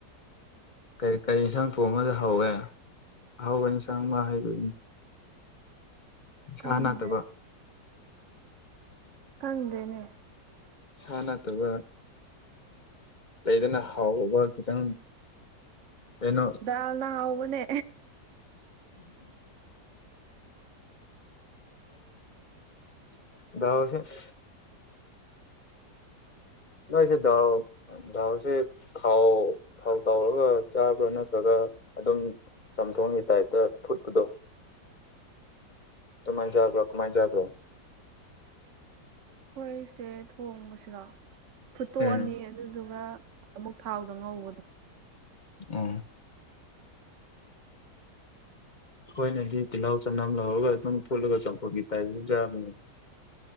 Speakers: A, on the left; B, on the right.
A: ꯀꯔꯤ ꯀꯔꯤ ꯌꯦꯟꯁꯥꯡ ꯊꯣꯡ ꯑꯃꯗ ꯍꯧꯋꯦ ꯑꯍꯥꯎꯧꯕ ꯏꯟꯁꯥꯡ ꯑꯃ ꯍꯥꯏꯩꯗꯣꯏꯅꯤ ꯆꯅꯥꯠꯇꯕ
B: ꯈꯪꯗꯦ ꯀꯪꯗꯅꯦ
A: ꯆꯅ ꯇ ꯋꯥ ꯂꯩꯗꯅ ꯍꯥꯎꯕ ꯈꯤꯇꯪ ꯀꯩꯅꯣ
B: ꯗꯥꯜꯅ ꯍꯥꯎꯕꯅꯦ
A: ꯑꯣꯁꯦ <unintelligible> ꯅꯣꯏꯁꯦ ꯗꯥꯥꯎ ꯗꯥꯎꯁꯦ ꯊꯥꯎ ꯊꯥꯎ ꯇꯥꯎꯔꯒ ꯆꯥꯕ꯭ꯔ ꯅꯠꯇ꯭ꯔ ꯑꯗꯨꯒ ꯑꯗꯨꯝ ꯆꯝꯊꯣꯡꯒꯤ ꯇꯥꯏꯞꯇ ꯐꯨꯠꯄꯗꯣ ꯀꯃꯥꯏꯅꯖꯕ꯭ꯔꯣ ꯀꯃꯥꯏꯅꯖꯕ꯭ꯔꯣ
B: ꯑꯩꯈꯣꯏꯁꯦ ꯊꯣꯡꯕꯁꯤꯔꯣ ꯐꯨꯠꯇꯣꯛꯑꯅꯤ
A: ꯎꯝ
B: ꯑꯗꯨꯗꯨꯒ ꯑꯃꯨꯛ ꯊꯥꯎꯗ ꯉꯧꯕꯗꯣ
A: ꯑꯥ ꯍꯣꯏꯅꯗꯤ ꯇꯤꯜꯍꯥꯎ ꯆꯅꯝ ꯂꯧꯔꯒ ꯑꯗꯨꯝ ꯐꯨꯠꯂꯒ ꯆꯥꯎꯈꯠꯄꯤ ꯇꯥꯏꯖꯥꯕꯅꯦ